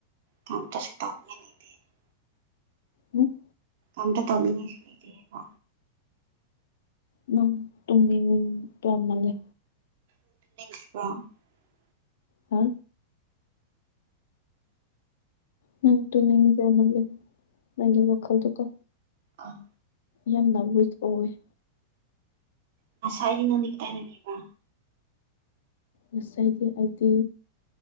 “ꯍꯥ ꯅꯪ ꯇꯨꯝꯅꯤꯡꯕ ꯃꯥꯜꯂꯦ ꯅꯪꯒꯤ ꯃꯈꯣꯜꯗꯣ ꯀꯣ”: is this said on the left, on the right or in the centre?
Left